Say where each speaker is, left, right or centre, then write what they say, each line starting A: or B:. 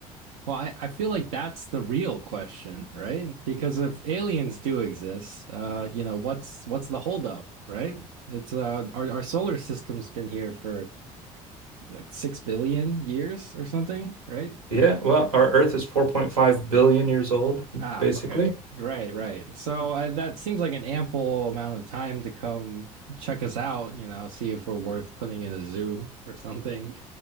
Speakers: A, on the right; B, on the right.
A: Well, I, I feel like that's the real question, right? Because if aliens do exist, uh, you know, what's what's the holdup, right? It's uh our, our solar system's been here for like six billion years or something, right?
B: Yeah,
A: Uh,
B: well, our Earth is 4.5 billion years old,
A: Ah,
B: basically.
A: okay. Right, right. So uh, that seems like an ample amount of time to come check us out, you know, see if we're worth putting in a zoo or something.